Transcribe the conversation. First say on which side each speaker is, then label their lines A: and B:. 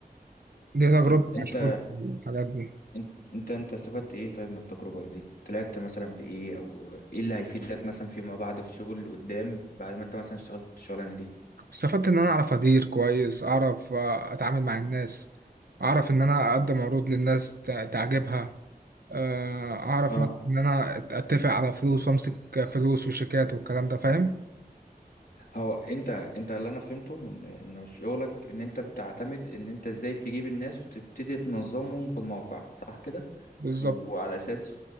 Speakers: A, on the right; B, on the left.
A: دي تجربتي
B: طب انت
A: مع الشغل في الحاجات دي
B: انت انت انت استفدت ايه طيب من التجربة دي طلعت مثلا بايه او ايه اللي هيفيدك مثلا فيما بعد في شغل قدام بعد ما انت مثلا اشتغلت الشغلانة دي
A: استفدت ان انا اعرف ادير كويس اعرف آه، اتعامل مع الناس اعرف ان انا اقدم عروض للناس تع- تعجبها آه، اعرف
B: اه
A: مثلا ان انا أت- اتفق على فلوس وامسك فلوس وشيكات والكلام ده فاهم
B: هو انت انت اللي انا فهمته من انه شغلك ان انت بتعتمد ان انت ازاي تجيب الناس وتبتدي تنظمهم في الموقع صح كده
A: بالظبط
B: وعلى اساس